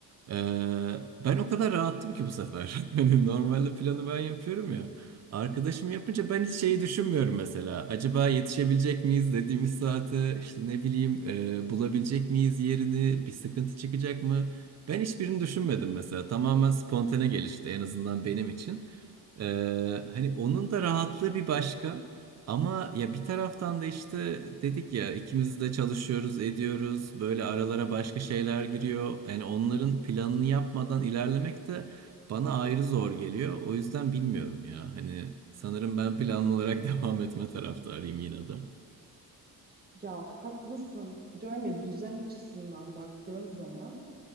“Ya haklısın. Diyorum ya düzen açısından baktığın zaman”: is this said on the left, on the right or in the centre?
Right